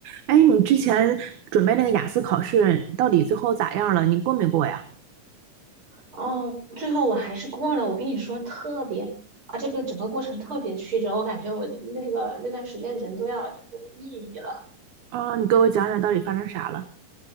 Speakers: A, on the right (about 70°); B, on the right (about 40°).
A: 哎，你之前准备那个雅思考试，到底最后咋样了？你过没过呀？
B: 哦，最后我还是过了。我跟你说，特别啊，这个整个过程特别曲折，我感觉我那个那段时间人都要就是抑郁了。
A: 啊，你给我讲讲到底发生啥了？